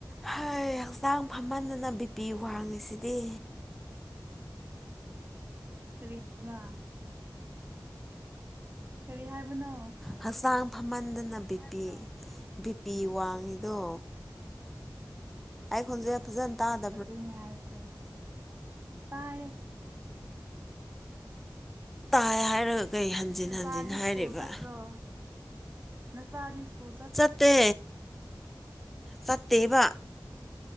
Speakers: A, in the centre; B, on the right.
A: ꯍꯩ ꯍꯛꯆꯥꯡ ꯐꯃꯟꯗꯅ ꯕꯤ ꯄꯤ ꯋꯥꯡꯉꯤꯁꯤꯗꯤ
B: ꯀꯔꯤ ꯃꯥ ꯀꯔꯤ ꯍꯥꯏꯕꯅꯣ
A: ꯍꯛꯆꯥꯡ ꯐꯃꯟꯗꯅ ꯕꯤ ꯄꯤ ꯕꯤ ꯄꯤ ꯋꯥꯡꯉꯤꯗꯣ ꯑꯩꯥ ꯈꯣꯟꯖꯦꯜ ꯐꯖꯟ ꯇꯥꯗ
B: ꯑꯗꯨꯅꯤ ꯍꯥꯏꯁꯦ ꯇꯥꯏꯌꯦ
A: ꯇꯥꯏ ꯍꯥꯏꯔꯒ ꯀꯩ ꯍꯟꯖꯤꯟ
B: ꯅꯆꯥꯗꯤ
A: ꯍꯟꯖꯤꯟ ꯍꯥꯏꯔꯤꯕ
B: ꯁ꯭ꯀꯨꯜ ꯆꯠꯇ꯭ꯔꯣ ꯅꯆꯥꯗꯤ ꯁꯀ꯭ꯨꯜ ꯆꯠ
A: ꯆꯠꯇꯦ ꯆꯠꯇꯦꯕ